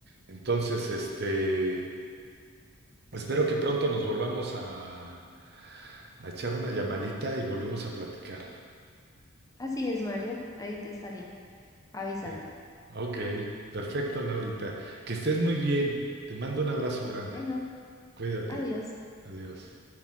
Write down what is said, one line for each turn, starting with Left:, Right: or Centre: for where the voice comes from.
Right: Entonces, este, espero que pronto nos volvamos a, a echar una llamadita y volvemos a platicar.
Left: Así es, Mario. Ahí te estaré avisando.
Right: Bien. Ok, perfecto, Laurita. Que estés muy bien. Te mando un abrazo grande.
Left: Bueno,
Right: Cuídate.
Left: adiós.
Right: Adiós.